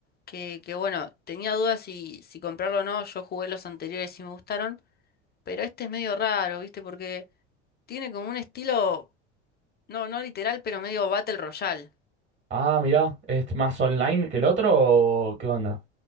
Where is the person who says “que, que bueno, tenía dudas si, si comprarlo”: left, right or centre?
Left